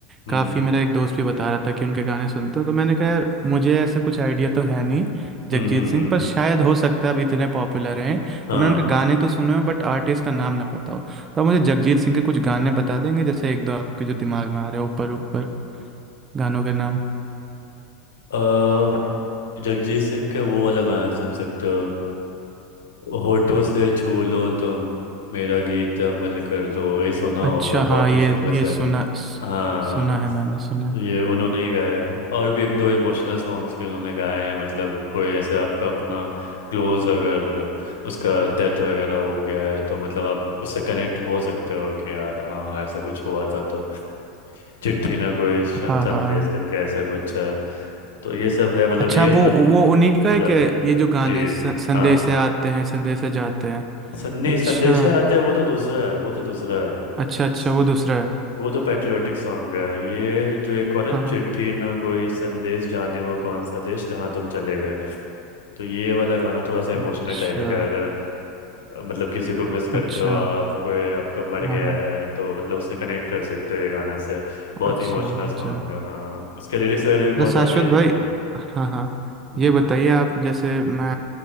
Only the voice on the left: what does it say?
हम्म
हम्म
हम्म
हम्म
हाँ
अ, जगजीत सिंह का वो वाला गाना सुन सकते हो होठों से छू लो तुम मेरा गीत अमल कर दो ये सुना होगा
बहुत
ही फेमस
है
हाँ
ये उन्होंने ही गाया है और भी एक दो इमोशनल सॉन्ग्स भी उन्होंने गाए हैं मतलब कोई ऐसे आपका अपना क्लोज अगर उसका डेथ वगैरह हो गया है तो मतलब आप उससे कनेक्ट हो सकते हो कि यार हाँ ऐसा कुछ हुआ था तो चिट्ठी ना कोई शन-
संदेश
करके ऐसा कुछ है तो ये सब है मतलब
ये
सब
हो
जाता
है
जी
हाँ
सन्नी
संदेशे आते हैं वो तो दूसरा है वो तो दूसरा है
स-
वो तो पैट्रियोटिक सॉन्ग है ये जो एक और है
चिट्ठी ना कोई संदेश जाने वो कौन सा देश जहाँ तुम चले गए तो ये वाला गाना थोड़ा सा इमोशनल
टाइप का है अगर अ, मतलब किसी को मिस करते
हो आप कोई आपका मर
गया
है तो मतलब उससे कनेक्ट कर सकते हो ये गाना से बहुत
इमोशनल सॉन्ग
है हाँ उसके लिरिक्स वगैरह भी बहुत
ज़्यादा ही बढ़िया
हैं
हम्म,